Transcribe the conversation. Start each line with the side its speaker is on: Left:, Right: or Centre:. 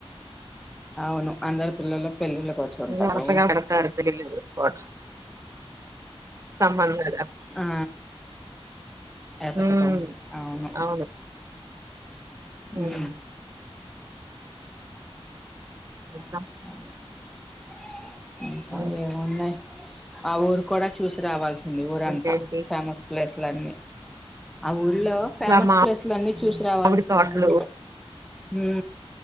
Centre: అవును అందరు పిల్లలు పెళ్ళిళ్ళకి వచ్చి ఉంటారు
Right: నమసె గలత్తారు పెళ్లిళ్లు జూడు పట్స్ సంబందాయ్
Centre: ఆ ఏతకటం
Right: ఉమ్
Centre: ఆవును
Right: అవును ఉమ్,
Centre: ఊ
Right: ఏం
Centre: అ పెహల్ ఏది ఇంకా
Right: ఉమ్,
Centre: ఏమున్నయ్ ఆ ఊరు కూడా చూసి రావాలస్ తుంది ఊరంతా
Right: ఇంకేంటి
Centre: ఫేమస్ ప్లేస్ ఇట్లన్ని ఆ ఊళ్ లో
Right: అసలు
Centre: ఫేమస్
Right: ఆ
Centre: ప్లేస్లన్నీ చూసి రావాల్సింది
Right: మామిడి తోటలు
Centre: ఊ